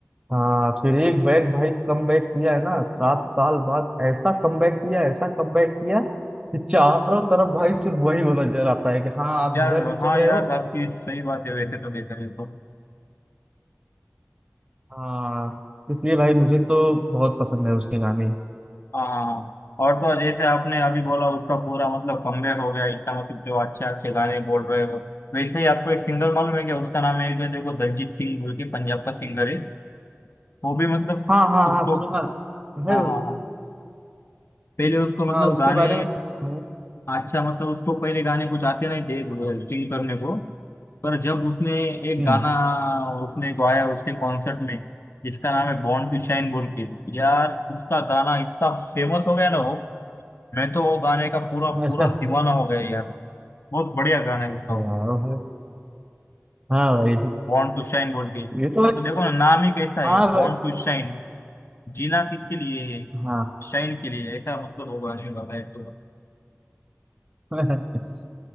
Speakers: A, on the right; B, on the left.
A: हाँ फिर एक बैक भाई कम बैक किया है ना सात साल बाद ऐसा कम बैक किया ऐसा कम बैक किया कि चारों तरफ भाई सिर्फ वही वो नजर आता है कि हाँ आप
B: यार
A: जिधर भी सुन
B: हाँ
A: रहे
B: यार
A: हो
B: आपकी सही बात है वैसे तो देखा जाए तो
A: हाँ इसलिए भाई मुझे तो बहुत पसंद है उसके गाने
B: हाँ और तो और जैसे आपने अभी बोला उसका पूरा मतलब कमबैक हो गया इतना मतलब जो अच्छे अच्छे गाने बोल रहे हो वैसे ही आपको एक सिंगर मालूम है क्या उसका नाम है क्या देखो दलजीत सिंह बोल के पंजाब का सिंगर है वो भी मतलब
A: हाँ हाँ
B: उसको
A: हाँ सुना भाई
B: हाँ हाँ हाँ पहले उसको मतलब
A: हाँ उसके
B: गाने
A: बारे में सुना हूँ
B: अच्छा मतलब उसको पहले गाने कुछ आते नहीं थे सिंग करने को पर जब उसने एक
A: हम्म
B: गाना उसने गाया उसके कॉन्सर्ट में जिसका नाम है बॉर्न टू शाइन बोल के यार उसका गाना इतना फेमस हो गया ना वो मैं तो वो गाने का पूरा
A: ऐसा
B: पूरा दीवाना हो गया यार बहुत बढ़िया गाना है उसका
A: हाँ भाई हाँ भाई
B: बॉर्न टू शाइन बोल के
A: ये तो भाई,
B: मतलब देखो ना नाम ही कैसा है
A: हाँ
B: बॉर्न
A: भाई
B: टू शाइन जीना किसके लिए है
A: हाँ
B: शाइन के लिए ऐसा मतलब वो गाने का है तो
A: <laughs>